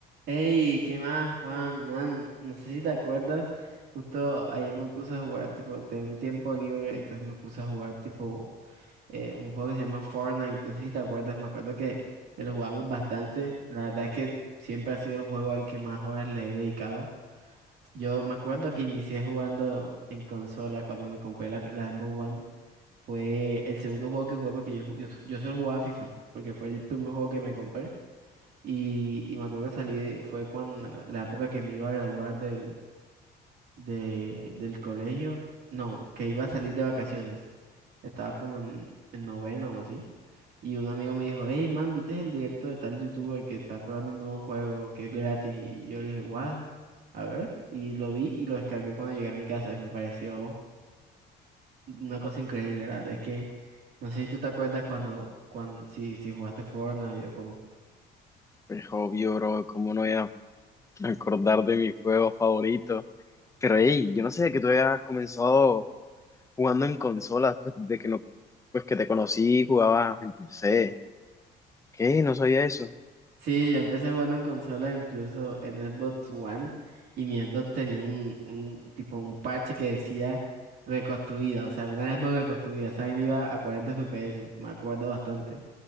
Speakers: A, on the right (about 70°); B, on the left (about 15°).
A: Hey, ¿qué más, Juan? Man, no sé si te acuerdas, justo ayer me puse a jugar, tipo, tenía un tiempo libre, entonces me puse a jugar, tipo, eh, un juego que se llama Fortnite, no sé si te acuerdas, me acuerdo que, que lo jugamos bastante, la verdad es que siempre ha sido el juego al que más horas le he dedicado. Yo me acuerdo que inicié jugando en consola cuando me compré la, la Xbox One, fue el segundo juego que jugué porque yo, ju- yo, yo solo jugaba FIFA, porque fue el primer juego que me compré. Y, y me acuerdo que salí, de- fue cuando, la época que me iba a graduar del, de, del colegio, no, que iba a salir de vacaciones. Estaba como en, en noveno o así. Y un amigo me dijo, hey man, ¿viste el directo de tal youtuber que está probando un nuevo juego que es gratis? Y yo le dije, what? A ver, y lo vi y lo descargué cuando llegué a mi casa y me pareció una cosa increíble, ¿verdad? Es que, no sé si tú te acuerdas cuando, cuando si, si jugaste Fortnite o con
B: Pues obvio, bro, cómo no voy a acordar de mi juego favorito. Pero hey, yo no sé que tú habías comenzado jugando en consolas, pues desde que no, pues que te conocí, jugabas en PC. ¿Qué? No sabía eso.
A: Sí, yo empecé jugando en consola, incluso en Xbox One, y mi Xbox tenía un, un tipo un parche que decía reconstruida, o sea, una Xbox reconstruida, esa vaina iba a 40 FPS, me acuerdo bastante.